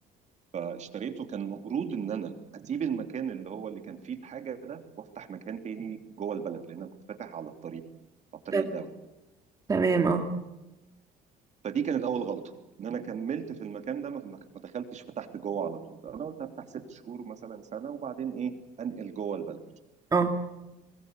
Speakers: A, on the right; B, on the right.
A: فاشتريته كان المفروض إن أنا أسيب المكان اللي هو اللي كان فيه الحاجة ده وأفتح مكان تاني جوه البلد لأن أنا كنت فاتح على الطريق على الطريق
B: طب
A: الدولي
B: تمام اه
A: فدي كانت اول غلطه ان انا كملت في المكان ده ما ما- ما دخلتش فتحت جوه على طول انا قلت افتح ست شهور مثلا سنه وبعدين ايه انقل جوه البلد
B: اه